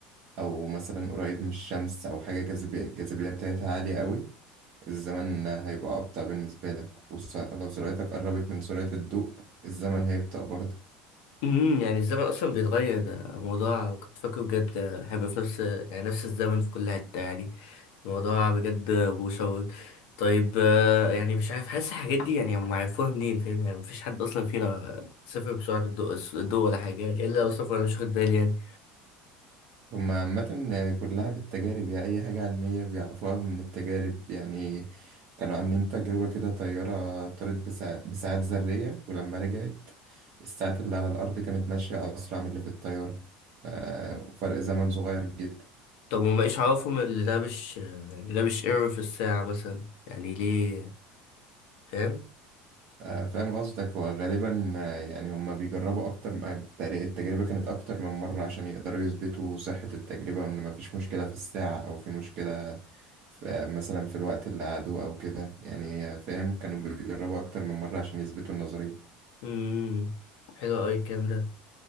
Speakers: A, on the right; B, on the left.
A: أو مثلا قريب من الشمس أو حاجة جاذبية الجاذبية بتاعتها عالية قوي الزمن هيبقى أبطأ بالنسبة لك ولو سرعتك قربت من سرعة الضوء الزمن هيبطأ برضه
B: امم يعني الزمن اصلا بيتغير ده موضوع كنت فاكره بجد آه، هيبقى في نفس يعني نفس الزمن في كل حتة يعني الموضوع بجد مشوق طيب آه، يعني مش عارف حاسس الحاجات دي يعني هم عرفوها منين فاهم يعني مفيش حد اصلا فينا سافر بسرعة الضوء الضوء ولا حاجة يعني الا لو سافر انا مش واخد بالي يعني
A: هما عامة كلها بالتجارب يعني أي حاجة علمية بيعرفوها من التجارب يعني كانوا عاملين تجربة كده طيارة طارت بسا- بساعات ذرية ولما رجعت الساعات اللي على الأرض كانت ماشية أسرع من اللي في الطيارة ف- وفرق زمن صغير جدا
B: طب هم ايش عرفهم اللي ده مش يعني ده مش ايرور في الساعة مثلا يعني ليه فاهم
A: آه، فاهم قصدك هو غالبا آه، يعني هما بيجربوا أكتر م- آه، التر- التجربة كانت أكتر من مرة عشان يقدروا يثبتوا صحة التجربة وإن مفيش مشكلة في الساعة أو في مشكلة في مثلا في الوقت اللي قعدوه أو كده يعني آه، فاهم كانوا بيجربوا أكتر من مرة عشان يثبتوا النظرية
B: امم حلو أوي الكلام ده